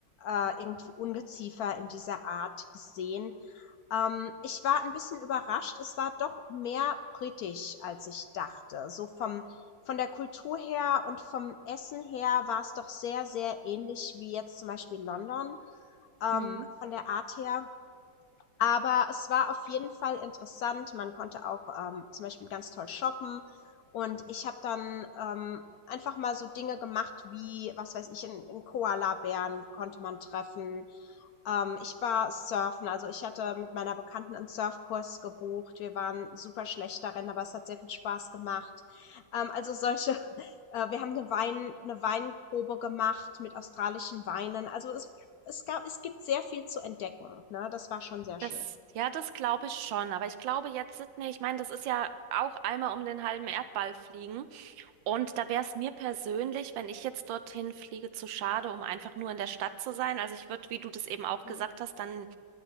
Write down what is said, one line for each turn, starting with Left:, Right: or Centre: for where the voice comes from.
Left: äh, irgendwie Ungeziefer in dieser Art gesehen. Ähm, ich war ein bisschen überrascht. Es war doch mehr britisch, als ich dachte. So vom von der Kultur her und vom Essen her war es doch sehr, sehr ähnlich wie jetzt zum Beispiel London, ähm,
Right: Mhm.
Left: von der Art her. Aber es war auf jeden Fall interessant. Man konnte auch, ähm, zum Beispiel ganz toll shoppen und ich habe dann, ähm, einfach mal so Dinge gemacht wie, was weiß ich, 'n 'n Koalabären konnte man treffen ähm, ich war surfen, also ich hatte mit meiner Bekannten einen Surfkurs gebucht. Wir waren super schlecht darin, aber es hat sehr viel Spaß gemacht. Ähm, also solche <laughs> äh, wir haben eine Wein eine Weinprobe gemacht mit australischen Weinen. Also es es gab es gibt sehr viel zu entdecken, ne? Das war schon sehr
Right: Das,
Left: schön.
Right: ja, das glaube ich schon, aber ich glaube jetzt Sydney, ich meine, das ist ja auch einmal um den halben Erdball fliegen. Und da wäre es mir persönlich, wenn ich jetzt dorthin fliege, zu schade, um einfach nur in der Stadt zu sein. Also ich würde, wie du das eben auch
Left: Mhm.
Right: gesagt hast, dann ein